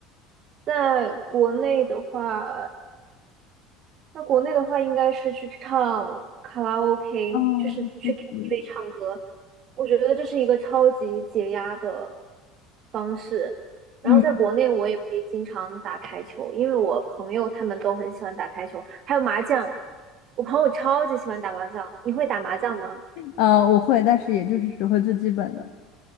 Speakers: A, on the right (about 45°); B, on the left (about 60°).
A: 在国内的话，那国内的话，应该是去唱卡拉 OK，
B: 哦，
A: 就是去
B: 确实，
A: KTV 唱歌。我觉得这是一个超级解压的方式。然后在国内，
B: 嗯
A: 我也会经常打台球，因为我朋友他们都很喜欢打台球，还有麻将。我朋友超级喜欢打麻将，你会打麻将吗？
B: 呃，我会，但是也就是只会最基本的。